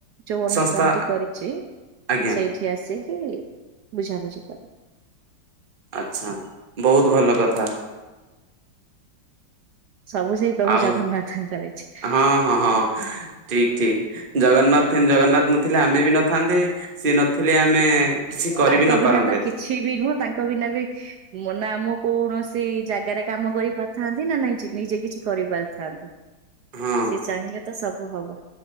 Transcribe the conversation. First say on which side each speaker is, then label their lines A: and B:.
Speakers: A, on the right (about 65°); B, on the right (about 30°).
A: ଯୋଉ ଅନୁଷ୍ଠାନ
B: ସଂସ୍ଥା
A: ଟି କରିଚି
B: ଆଜ୍ଞା
A: ସେଇଠି ଆସିକି ବୁଝାବୁଝି କରି।
B: ଆଚଛା ବୋହୁତ ଭଲ କଥା।
A: ସବୁ ସେଇ ପ୍ରଭୁ
B: ଆଉ
A: ଜଗନ୍ନାଥଙ୍କର ଅଛି
B: ହଁ ହଁ ହଁ। ଠିକ ଠିକ ଜଗନ୍ନାଥ ଜଗନ୍ନାଥ ନଥିଲେ ଆମେ ବି ନଥାନ୍ତେ, ସିଏ ଥିଲେ ଆମେ
A: ନାଇଁ
B: କିଛି
A: ନାଇଁ
B: କରିବି
A: ତାଙ୍କ
B: ନପାରନ୍ତେ।
A: ବିନା ତ କିଛି ବି ନୁହଁ ତାଙ୍କ ବିନା ବି ମ ନା ମୁଁ କୌଣସି ଜାଗାରେ କାମ କରିପାର ଥାନ୍ତି ନାଇ ନିଜେ କିଛି କରିପାରିଥାନ୍ତି।
B: ହଁ
A: ସି ଚାହିଁଲେ ତ ସବୁ ହବ